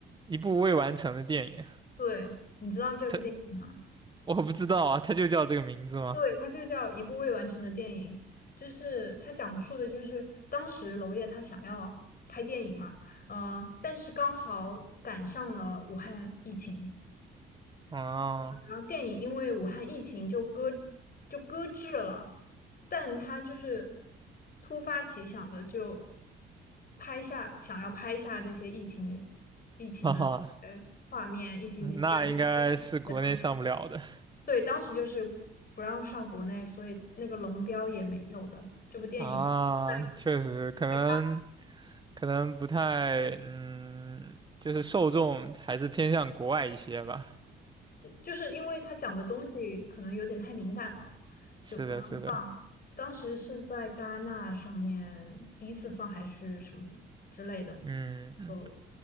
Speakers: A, on the right (about 20°); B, on the left (about 50°).
A: 一部未完成的电影。
B: 对，你知道这部电影吗？
A: 它我不知道啊，他就叫这个名字吗？
B: 对，它就叫一部未完成的电影，就是它讲述的就是当时娄烨他想要拍电影嘛，呃，但是刚好赶上了武汉疫情，
A: 啊，
B: 然后电影因为武汉疫情就搁就搁置了，但他就是突发奇想的就拍下想要拍下这些疫情疫情的呃画面，
A: <laughs> 哈哈，
B: 疫情人们的经历的东西。
A: 那应该是国内上不了的
B: 对，当时就是不让上国内，所以那个龙标也没有的。这部电影在
A: 啊，确实，可能
B: 在
A: 可能不太，嗯，就是受众还是偏向国外一些吧。
B: 就是因为它讲的东西可能有点太敏感了，
A: 是的，
B: 就不让放。
A: 是的，
B: 当时是在戛纳上面第一次放还是什么之类的，
A: 嗯
B: 就